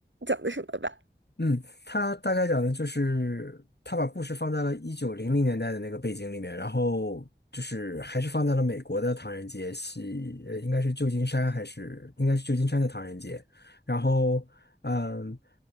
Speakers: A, on the right; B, on the left.
A: 讲的什么吧？
B: 嗯，他大概讲的就是他把故事放在了一九零零年代的那个背景里面，然后就是还是放在了美国的唐人街，西，呃，应该是旧金山还是应该是旧金山的唐人街。然后，嗯，